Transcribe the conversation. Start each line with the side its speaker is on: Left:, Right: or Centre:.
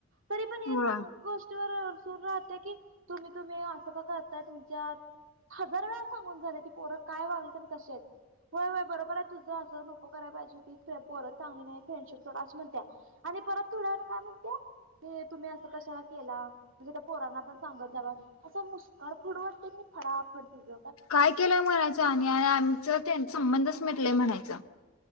Right: तरी पण एकच
Left: वा
Right: गोष्टीवर, सुर राहते की तुम्ही तुम्ही असं का करताय तुमच्यात हजार वेळा सांगून झाले की पोर काय वागल कश होय होय बरोबर आहे तुझं अस नको कराय पाहिजे त पोरत चांगली नाही फ्रेंडशिप थोडा अस म्हणत्या आणि परत थोड्यावेळानं म्हणत्याय की तुम्ही असं कशाला केला, म्हणजे त्या पोरांना पण सांगत जावा असं मुस्काड फुडू वाटतय का नाही फडाफड तीज,
Left: काय केलंय म्हणायच आणि -आणि आमचा त्यांचा संबंधच म्हटलंय म्हणायचं.